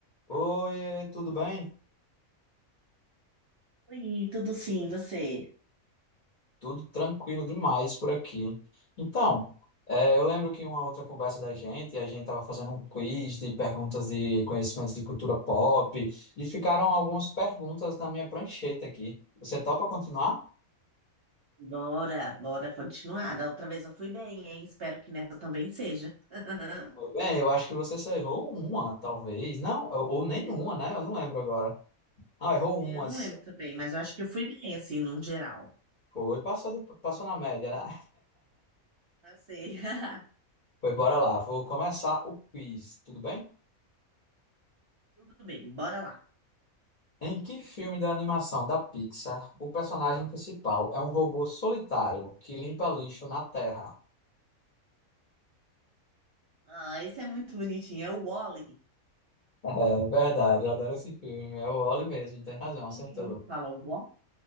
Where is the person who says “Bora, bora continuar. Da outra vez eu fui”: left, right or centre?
Right